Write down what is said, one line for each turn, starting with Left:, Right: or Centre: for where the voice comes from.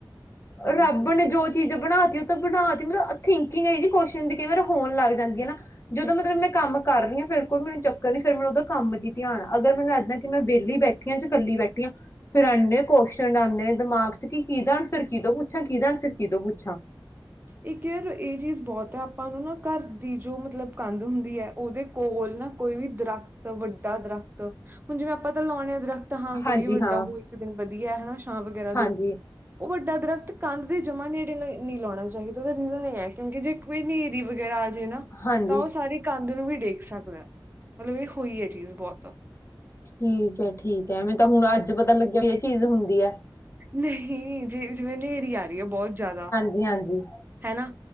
Right: ਹਾਂ
Left: ਰੱਬ
Right: ਠੀਕ ਹੈ।
Left: ਨੇ ਜੋ ਚੀਜ ਬਣਾ ਤੀ ਓ ਤੇ ਬਣਾ ਤੀ। ਮਲਬ ਥਿੰਕਿੰਗ ਏਈ ਜੀ ਕੋਸ਼ਨ ਦੀ ਕਈ ਵਰ ਹੋਣ ਲੱਗ ਜਾਂਦੀ ਏ ਨਾ ਜਦੋਂ ਮਤਲਬ ਮੈਂ ਕੰਮ ਕਰ ਰਈ ਆਂ ਫ਼ੇਰ ਕੋਈ ਮੈਨੂੰ ਚੱਕਰ ਨਈ ਫੇਰ ਮਨ ਓਦਰ ਕੰਮ ਇਚ ਈ ਧਿਆਨ ਏ। ਅਗਰ ਮੈਨੂੰ ਏਦਾਂ ਈ ਕਿ ਮੈਂ ਵੇਲੀ ਬੈਠੀ ਆਂ ਜਾ ਕੱਲੀ ਬੈਠੀ ਆਂ ਫੇਰ ਐਨੇ ਕੋਸ਼ਨਡ ਆਂਦੇ ਨੇ ਦਮਾਗ ਚ ਕਿ ਕਿਦਾ ਆਂਸਰ ਕੀਤੋ ਪੁੱਛਾਂ ਕਿਦਾ ਆਂਸਰ ਕਿਤੋਂ ਪੁੱਛਾਂ
Right: ਇਕ ਯਰ ਏਹ ਚੀਜ਼ ਬੋਤ ਹੈ ਆਪਾਂ ਨੂੰ ਨਾ ਘਰ ਦੀ ਜੋ ਮਤਲਬ ਕੰਦ ਹੁੰਦੀ ਹੈ ਓਹਦੇ ਕੋਲ ਨਾ ਕੋਈ ਵੀ ਦਰੱਖਤ, ਵੱਡਾ ਦਰਖਤ, ਹੁਣ ਜਿਵੇਂ ਆਪਾਂ ਤਾਂ ਲੋਣੇ ਆ ਦਰਖਤ ਤਾਂ ਹਾਂ ਕਿ
Left: ਹਾਂਜੀ
Right: ਵੀ ਵੱਡਾ
Left: ਹਾਂ
Right: ਹੋ ਇੱਕ ਦਿਨ ਵਦੀਆ ਹੈ ਛਾਂ ਵਗੈਰਾ
Left: ਹਾਂਜੀ
Right: ਦੂ ਓਹ ਵੱਡਾ ਦਰਖਤ ਕੰਧ ਦੇ ਜਮਾ ਨੇੜੇ ਨਈ ਲੋਣਾ ਚਾਈਦਾ ਤੇ ਉਹਦੇ ਤੇ ਰੀਜ਼ਨ ਇਹ ਹੈਗਾ ਕਿਉਂਕਿ, ਜੇ ਕੋਈ ਵੀ ਨੇਰ੍ਹੀ ਵਗੈਰਾ ਆਜੇ ਨਾ,
Left: ਹਾਂਜੀ
Right: ਤਾਂ ਉਹ ਸਾਰੀ ਕੰਧ ਨੂੰ ਵੀ ਡੇਗ ਸਕਦਾ। ਮਤਲਬ ਇਹ ਹੋਈ ਏ ਚੀਜ਼ ਬਹੁਤ।
Left: ਠੀਕ ਐ, ਠੀਕ ਐ। ਮੈਨੂੰ ਤਾਂ ਹੁਣ ਅੱਜ ਪਤਾ ਲੱਗਿਆ ਵੀ ਇਹ ਚੀਜ਼ ਹੁੰਦੀ ਐ।
Right: ਨਹੀਂ ਜੇ ਜਿਵੇਂ ਨ੍ਹੇਰੀ ਆ ਰਹੀ ਐ ਬਹੁਤ ਜ਼ਾਦਾ
Left: ਜੀ ਹਾਂਜੀ।
Right: ਹੈਨਾ।